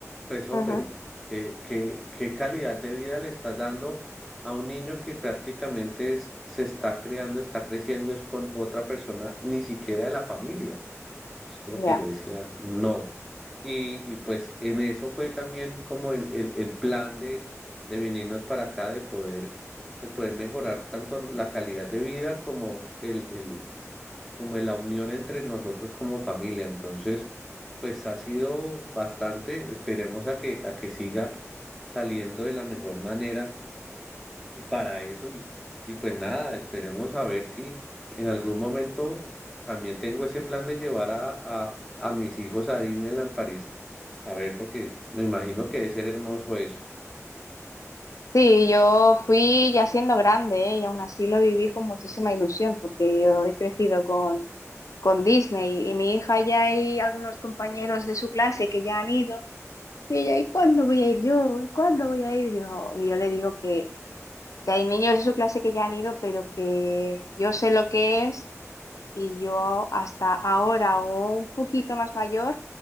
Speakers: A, in the centre; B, on the left.
A: pues hombre,
B: Ujú.
A: ¿qué, qué, qué calidad de vida le estás dando a un niño que prácticamente es- se está criando, está creciendo, es con otra persona, ni siquiera de la familia? Es como
B: Ya.
A: que yo decía, no. Y, y pues en eso fue también como el, el, el plan de, de venirnos para acá, de poder, de poder mejorar tanto la calidad de vida como el, el, como la unión entre nosotros como familia. Entonces, pues ha sido bastante, esperemos a que, a que siga saliendo de la mejor manera para eso y, y pues nada, esperemos a ver si en algún momento también tengo ese plan de llevar a, a, a mis hijos a Disneyland París, a ver, porque me imagino que debe ser hermoso eso.
B: Sí, yo fui ya siendo grande, ¿eh? y aún así lo viví con muchísima ilusión, porque yo he crecido con, con Disney y mi hija ya hay algunos compañeros de su clase que ya han ido, y ella, ¿y cuándo voy a ir yo? ¿Y cuándo voy a ir yo? Y yo le digo que, que hay niños de su clase que ya han ido, pero que yo sé lo que es y yo hasta ahora o un poquito más mayor